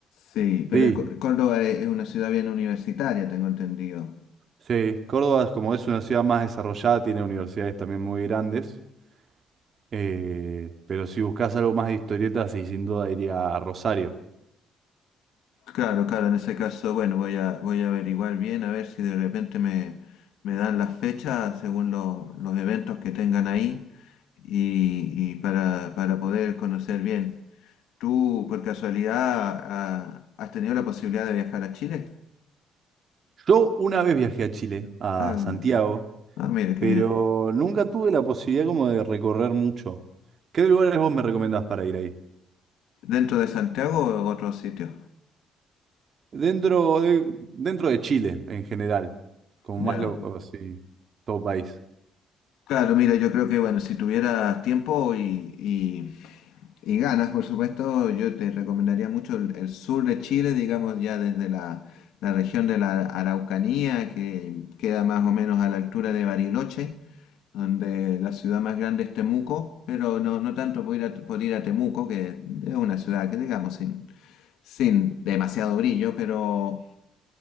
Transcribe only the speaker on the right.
Sí,
sí. Córdoba, como es una ciudad más desarrollada, tiene universidades también muy grandes. Eh, pero si buscas algo más de historietas, sí, sin duda iría a Rosario.
Yo una vez viajé a Chile, a
Santiago,
pero
nunca tuve la posibilidad como de recorrer mucho. ¿Qué lugares vos me recomendás para ir ahí?
Dentro de, dentro de Chile, en general, como
más lo, así, todo país.